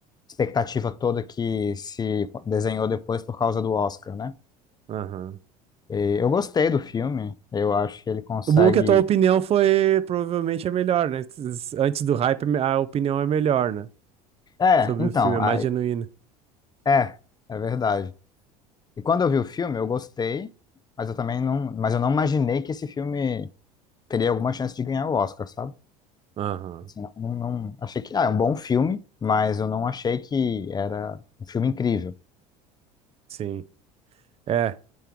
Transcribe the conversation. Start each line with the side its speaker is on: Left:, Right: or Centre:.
Left: expectativa toda que se desenhou depois por causa do Oscar, né?
Right: aham.
Left: E eu gostei do filme, eu acho que ele consegue.
Right: O bom é que a tua opinião foi provavelmente a melhor, né? Antes do hype, a opinião é melhor, né?
Left: É,
Right: sobre
Left: então,
Right: o filme, é mais
Left: aí-
Right: genuína.
Left: é, é verdade. E quando eu vi o filme, eu gostei, mas eu também não, mas eu não imaginei que esse filme teria alguma chance de ganhar o Oscar, sabe?
Right: Aham,
Left: Assim, não, não, não- achei que, ah, é um bom filme, mas eu não achei que era um filme incrível.
Right: sim. É.